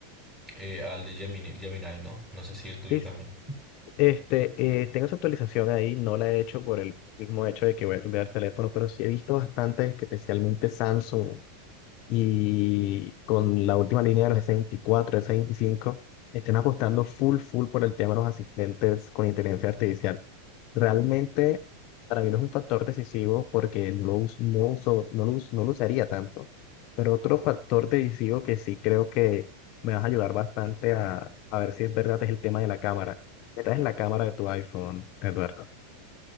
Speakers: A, on the right; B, on the left.
A: eh, al de Gemini, Gemini, ¿no? No sé si el tuyo
B: Sí. s-
A: también.
B: Este, eh, tengo esa actualización ahí, no la he hecho por el mismo hecho de que voy a cambiar el teléfono, pero sí he visto bastantes, que especialmente Samsung. y con la última línea de los S24, S25, estén apostando full, full por el tema de los asistentes con inteligencia artificial. Realmente, para mí no es un factor decisivo porque no, us- no, uso, no, lo us- no lo usaría tanto. Pero otro factor decisivo que sí creo que me vas a ayudar bastante a, a ver si es verdad es el tema de la cámara. ¿Qué tal es la cámara de tu iPhone, Eduardo?